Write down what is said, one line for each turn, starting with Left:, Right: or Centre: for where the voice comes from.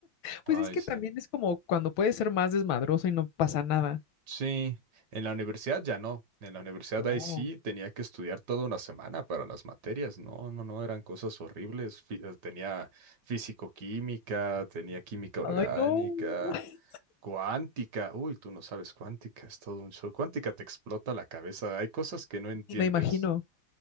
Right: Ay,
Left: Pues es que
Right: sí.
Left: también es como cuando puedes ser más desmadroso y no pasa nada.
Right: Sí, en la universidad ya no. En la universidad
Left: No.
Right: ahí sí tenía que estudiar toda una semana para las materias. No, no, no, eran cosas horribles. Fí- eh, Tenía físico-química, tenía química orgánica,
Left: Ay, no. <laughs>
Right: cuántica. Uy, tú no sabes cuántica, es todo un show. Cuántica te explota la cabeza. Hay cosas que no entiendes.
Left: Y me imagino,